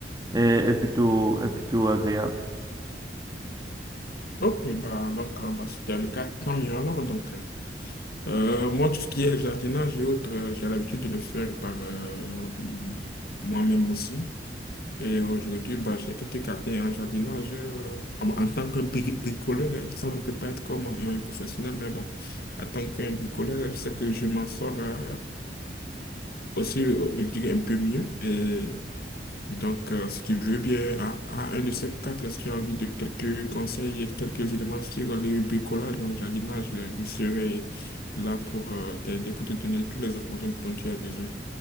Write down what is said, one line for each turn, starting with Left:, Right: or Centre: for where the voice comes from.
Right: est, est plutôt, est plutôt agréable.
Left: Ok, bah, donc, euh, bah, c'était le cas, tant mieux alors. Donc, euh, euh, moi, tout ce qui est jardinage et autres, euh, j'ai l'habitude de le faire par euh, moi-même aussi. Et aujourd'hui, bah, j'ai quelques caté en jardinage euh, en, en tant que bri- bricoleur. hein. Ça, on ne peut pas être comme un professionnel, mais bon, en tant qu'un bricoleur, je sais que je m'en sors euh, aussi, euh, je dirais, un peu mieux. Et donc, euh, si tu veux bien, à, à un de ces quatre, si tu as envie de quelques conseils, et quelques éléments sur le bricolage dans le jardinage, euh, je serai là pour euh, t'aider, pour te donner toutes les informations dont tu as besoin.